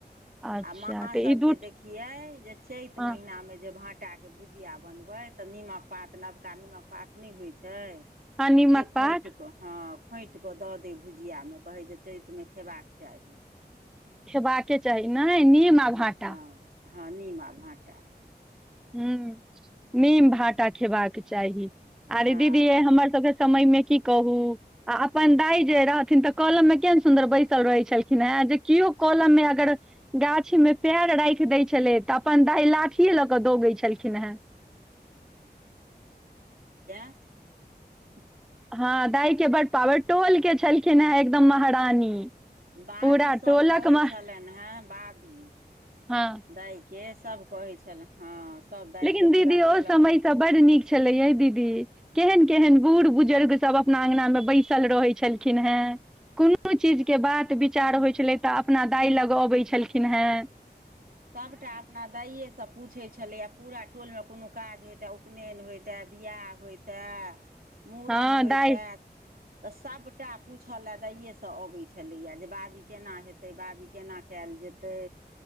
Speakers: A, in the centre; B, on the right.
A: अच्छा
B: आ माँ
A: तऽ
B: सभके
A: ई दू
B: देखियै जे चैत
A: हँ
B: महिनामे जे भाँट काके भुजिया बनबै तऽ निमक पात नबका निमक पात नहि होइ छै
A: हँ नीमक
B: सेखोट
A: पात
B: के हँ खोँटि कऽ दऽ दै भुजियामे कहै जे चैतमे खयबाक चाही
A: खेबाके चाही नहि नीम आ भाटा
B: हँ हँ नीम आ भाँटा
A: ह नीम भाटा खेबाक चाही आर
B: हँ
A: ई दीदी ये हमर सबके समय मे की कहू आ अपन दाई जे रहथिन तऽ कलम मे केहेन सुन्दर बैसल रहैत छलखिन हैं जे केओ कलम मे अगर गाछी मे पैर राइख दै छलै तऽ अपन दाइ लाठिये ल क क दौगै छलखिन हैं
B: आ
A: हँ दाइ के बड्ड पावर टोल के छलखिन है एकदम महारानी
B: बॉबी
A: पूरा
B: सभ
A: टोलक
B: कहै
A: मह
B: छलनि हैं बाबी
A: हँ
B: दैके सब कहै छलनि हँ सभ दाइके
A: लेकिन दीदी
B: पूरा
A: ओ
B: टोलक
A: समयसँ
B: लोक
A: बड नीक छलैय दीदी केहन केहन बूढ़ बढ़ बुजुर्ग सब अपना अंगना मे बैसल रहै छलखिन हेँ कोनो चीजके बात विचार होइत छलै तऽ अपना दाइ लग अबैत छलखिन हैं
B: सबटा अपना दाइए स स पूछैत छलैए पूरा टोलमे कोनो काज होइतै उपनयन होइतै बियाह होइतै मूड़न
A: हँ
B: होइतै
A: दाइ
B: त सबटा पूछले दाइये से अबै छलैया जे बाबी केना हेते बाबी केना कयल जेतै